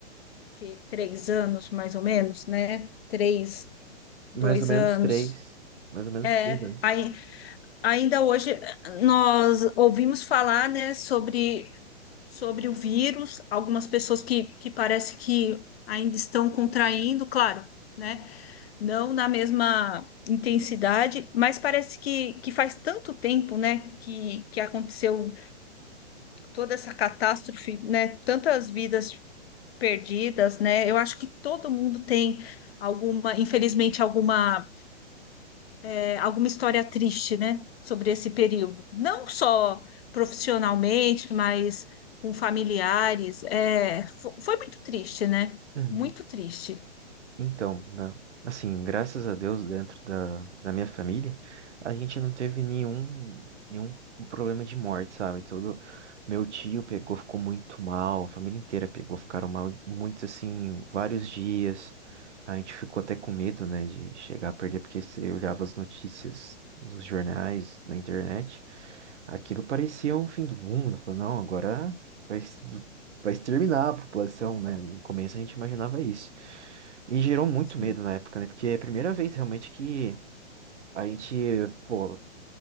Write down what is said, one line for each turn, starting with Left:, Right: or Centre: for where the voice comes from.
Left: que três anos mais ou menos, né? Três, dois
Right: Mais ou menos
Left: anos.
Right: três, mais ou menos
Left: É,
Right: três anos.
Left: ai- ainda hoje nós ouvimos falar, né, sobre, sobre o vírus, algumas pessoas que, que parece que ainda estão contraindo, claro, né? Não na mesma intensidade, mas parece que, que faz tanto tempo, né, que, que aconteceu toda essa catástrofe, né? Tantas vidas perdidas, né? Eu acho que todo mundo tem alguma, infelizmente, alguma, é, alguma história triste, né? Sobre esse período. Não só profissionalmente, mas com familiares. É, fo- foi, muito triste, né?
Right: Uhum.
Left: Muito triste.
Right: Então, na- assim, graças a Deus, dentro da, da minha família, a gente não teve nenhum, nenhum problema de morte, sabe? Todo meu tio pegou, ficou muito mal, a família inteira pegou, ficaram mal muitos, assim, vários dias. A gente ficou até com medo, né, de chegar a perder, porque você olhava as notícias nos jornais, na internet, aquilo parecia um fim do mundo. Falou, não, agora vai, es- vai exterminar a população, né? No começo a gente imaginava isso. E gerou muito
Left: Sim.
Right: medo na época, né? Porque é a primeira vez realmente que a gente, pô,